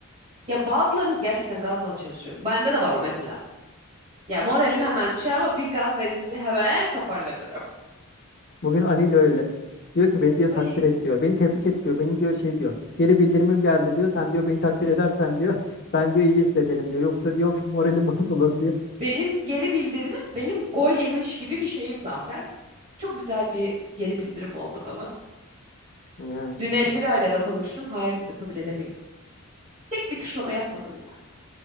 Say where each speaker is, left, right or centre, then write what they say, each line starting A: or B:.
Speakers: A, on the right (about 30°); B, on the left (about 50°).
A: Ya bazılarımız gerçekten gazla çalışıyor. Bende de var o mesela. Ya moralim hemen düşer ama bir gaz verilince hemen toparlanırım.
B: Bugün Ali de öyle. Diyor ki beni diyor
A: Ay.
B: takdir et diyor. Beni tebrik et diyor. Benim diyor şey diyor. Geri bildirimim geldi diyor. Sen diyor beni takdir edersen diyor. <laughs> Ben diyor iyi hissederim diyor. Yoksa diyor ki moralim <laughs> bozulur diyor.
A: Benim geri bildirimim benim gol yemiş gibi bir şeyim zaten. Çok güzel bir geri bildirim oldu bana.
B: Ya işte
A: Dün Elvira ile de konuştum. Hayır dedi kabul edemeyiz. Tek bir tuşlama yapmadım ya.